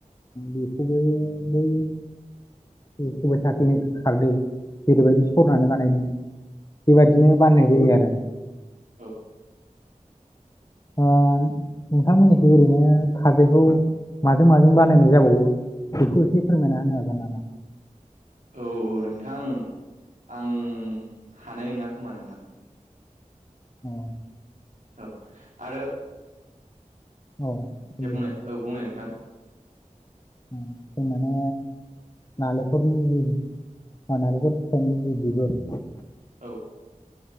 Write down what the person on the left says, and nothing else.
बेखौबो बै सबाइ साक्लिनि खारदै जेरैबायदि सरनानै बानायदों बेबायदिनो बाननाय जायो आरो
ओ नोंथांमोननिखै ओरैनो खारदैखौ माजों माजों बानायनाय जाबावो बेखौ एसे फोरमायना होनो हागोन नामा
औ
औ बुं
जों माने नालेंखरनि जि ओ नालेंखर बिफांनि जि बिगुर